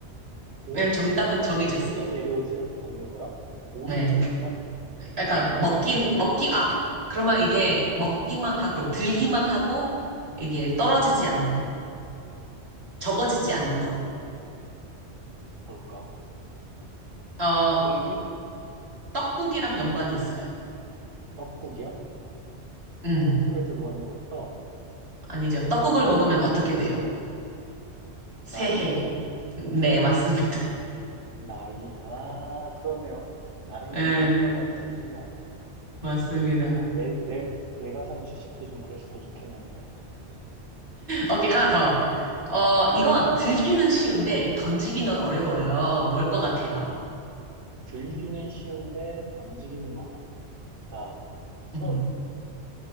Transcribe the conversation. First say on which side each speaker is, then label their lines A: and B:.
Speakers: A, on the right; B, on the right.
A: 오르긴
B: 왜냐면 정답은
A: 하지만
B: 정해져
A: 절대
B: 있으니까.
A: 내려오지 않는 거요? 오르긴
B: 네.
A: 하지만
B: 그러니까
A: 아, 이거는
B: 먹긴,
A: 반대구나.
B: 먹기, 아, 그러면 이게 먹기만 하고, 들기만 하고, 이게 떨어지지 않는 것. 적어지지
A: 들기만
B: 않는
A: 하고
B: 것.
A: 뭘까?
B: 어,
A: 공기?
B: 떡국이랑 연관이 있어요.
A: 떡국이야?
B: 음,
A: 떡국에 들어가는 거 떡.
B: 아니죠. 떡국을 먹으면 어떻게 돼요? 새해.
A: 나이?
B: 네, 맞습니다. <laughs>
A: 나이. 아, 그러네요. 나이는
B: 예,
A: 늘기만 하고 줄지는 않네.
B: 맞습니다.
A: 아, 내, 내, 내가 산 주식도 좀 그랬으면 좋겠는데.
B: 오케이, 하나 더. 어, 이건
A: 네.
B: 들기는 쉬운데 던지기는 어려워요. 뭘 것 같아요?
A: 들기는 쉬운데 던지기는 어렵다. 손,
B: 음.